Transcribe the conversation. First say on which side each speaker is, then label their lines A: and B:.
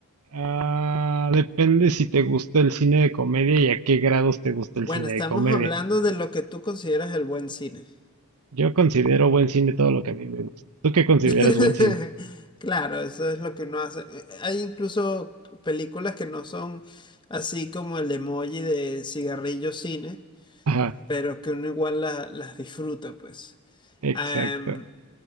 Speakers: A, on the right; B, on the left.
A: Ah, depende si te gusta el cine de comedia y a qué grados te gusta el
B: Bueno,
A: cine
B: estamos
A: de comedia.
B: hablando de lo que tú consideras el buen cine.
A: Yo considero buen cine todo lo que a mí me gusta. ¿Tú qué consideras
B: <laughs>
A: buen cine?
B: Claro, eso es lo que uno hace. Eh, Hay incluso películas que no son así como el emoji de cigarrillo cine,
A: Ajá,
B: pero que uno igual la- las disfruta, pues.
A: exacto.
B: Am,